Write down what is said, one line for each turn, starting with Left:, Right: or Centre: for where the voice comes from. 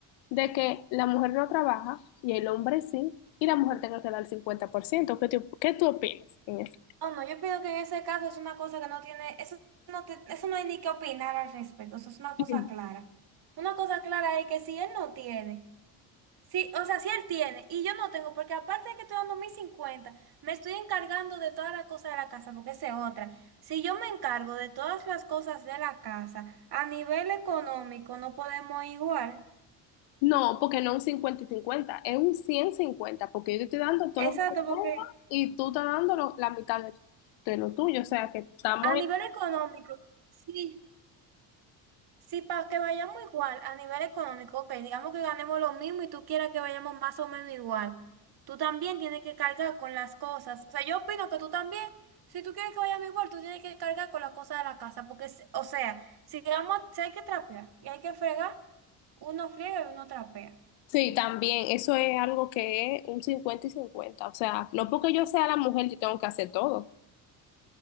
Left: de que la mujer no trabaja y el hombre sí, y la mujer tenga que dar el 50%. ¿Qué, tú- qué tú opinas en eso?
Right: Oh, no, yo pienso que en ese caso es una cosa que no tiene, eso no, te- eso no hay ni que opinar al respecto, eso es una cosa
Left: <clears throat>
Right: clara. Una cosa clara es que si él no tiene. Sí, o sea, sí él tiene, y yo no tengo, porque aparte de que estoy dando mis 50, me estoy encargando de todas las cosas de la casa, porque esa es otra. Si yo me encargo de todas las cosas de la casa, a nivel económico no podemos igual.
Left: No, porque no un 50 y 50, es un cien cincuenta, porque yo te estoy dando todo
Right: Exacto,
Left: lo que tengo
Right: porque
Left: y tú estás dando lo- la mitad de, de lo tuyo. O sea, que estamos...
Right: a nivel económico, sí. Sí, para que vayamos igual a nivel económico, ok, digamos que ganemos lo mismo y tú quieras que vayamos más o menos igual. Tú también tienes que cargar con las cosas. O sea, yo opino que tú también, si tú quieres que vayamos igual, tú tienes que cargar con las cosas de la casa, porque, es- o sea, si, vamos, a- si hay que trapear y hay que fregar, uno friega y uno trapea.
Left: Sí, también, eso es algo que es un 50 y 50, O sea, no porque yo sea la mujer, yo tengo que hacer todo.